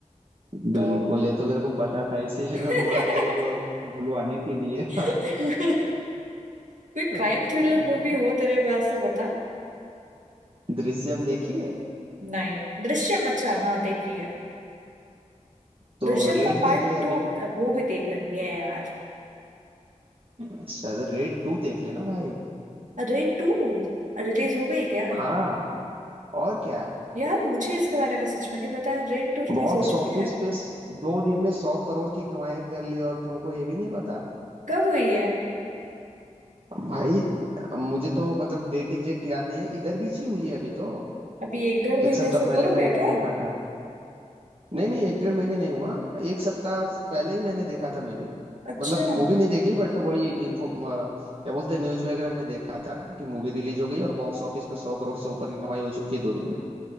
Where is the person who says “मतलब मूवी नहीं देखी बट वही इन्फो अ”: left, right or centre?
Right